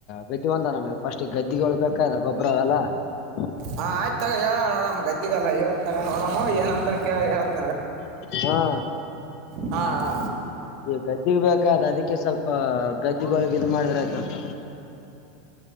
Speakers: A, on the left (about 45°); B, on the right (about 55°).
A: ಗದ್ದಿ ಬಂದ ನನಗೆ ಪಫಸ್ಟ್ ಗದ್ದಿಗಳು ಬೇಕದ ಗೊಬ್ರ ಎಲ್ಲ ಹ್ಮ
B: ಹಾ ಆಯ್ತ ತಗ ಹೇಳ ನೋಡಮ್ಮ ಗದ್ದಿಗೆಲ್ಲ ಇವತ್ ತಗ ನೋಡಮ್ಮ ಏನ ಅಂತ ಕೇಳಿ ಹೇಳ್ತೇನೆ
A: ಹಾ
B: ಹಾ ಹಾ
A: ಈ ಗದ್ದಗ್ ಬೇಕ್ರ ಅದಕ್ಕೆ ಸ್ವಲ್ಪ ಗದ್ದಿಗೊಳಗೆ ಇದು ಮಾಡಿದ್ರೆ ಆಯ್ತಂತ